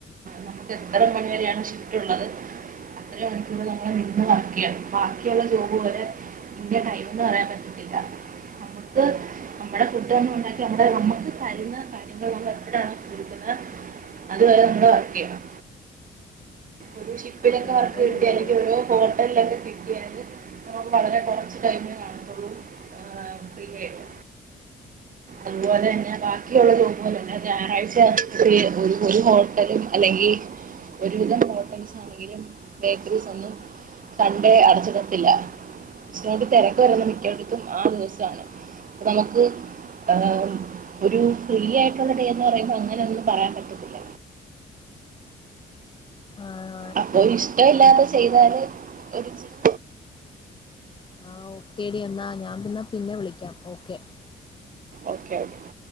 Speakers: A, on the right (about 45°); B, on the left (about 25°).
A: നമ്മുക്ക് എത്ര മണി വരെയാ ഷിഫ്റ്റൊള്ളത് അത്രേം മണിക്കൂറ് നമ്മള് നിന്ന് വർക്ക് ചെയ്യണം ബാക്കിയൊള്ള ജോബ് പോലെ ഇന്ന ടൈമെന്ന് പറയാൻ പറ്റത്തില്ല നമ്മുക്ക് നമ്മടെ ഫുഡോന്നും ഒണ്ടാക്കി നമ്മടെ നമ്മക്ക് തരുന്ന കാര്യങ്ങള് നമ്മളെപ്പഴാണോ കൊട്ക്ക്ന്നേ അത് വരെ നമ്മള് വർക്ക് ചെയ്യണം. ഒരു ഷിപ്പിലൊക്കെവർക്ക്
B: ഓ അങ്ങനുണ്ടല്ലേ
A: കിട്ടി അല്ലെങ്കി ഒരു ഹോട്ടലിലൊക്കെ കിട്ടി ചെയ്യാന് നമ്മക്ക് വളരെ കുറച്ച് ടൈമേ കാണത്തൊള്ളൂ ഫ്രീയായിട്ട്. അതുപോലെ തന്നെ ബാക്കിയൊള്ള ജോബ്പോലെ അല്ല ഞായറാഴ്ച ഫ്രീ ഒരു ഹോട്ടലും അല്ലെങ്കി ഒരു വിധം ഹോട്ടൽസാണെങ്കിലും ബേക്കറീസൊന്നും സൺഡേ അടച്ചിടത്തില്ല ഇച്ചിരേകൂടി തിരക്ക് വരുന്ന മിക്കടത്തും ആ ദിവസമാണ്. നമ്മക്ക് ആഹ് ഒരു ഫ്രീയായിട്ടുള്ള ഡേ എന്ന് പറയുമ്പോ അങ്ങനെ ഒന്നും പറയാൻ പറ്റത്തില്ല.
B: ആഹ്
A: അപ്പോ ഇഷ്ട്ടവില്ലാത്തത് ചെയ്താല് ഒരിച്ചിരി
B: ആഹ് ഓക്കേടി എന്നാ ഞാൻ എന്നാ പിന്നെ വിളിക്കാം ഓക്കെ.
A: ഓക്കെ. ഓക്കെ.